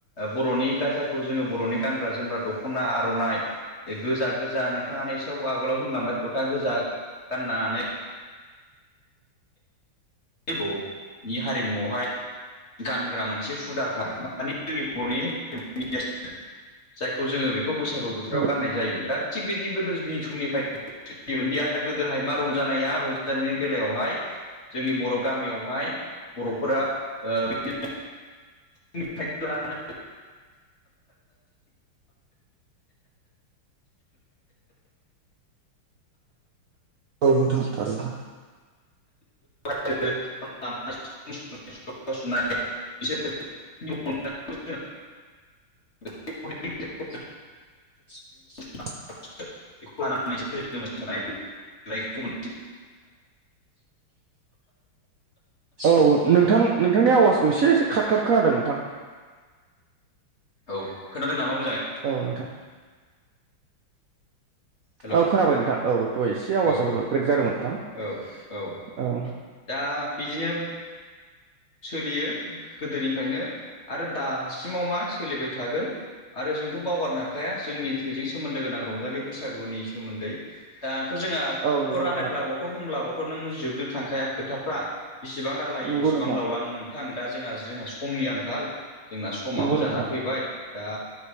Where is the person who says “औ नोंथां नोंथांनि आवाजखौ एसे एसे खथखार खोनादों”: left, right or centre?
Right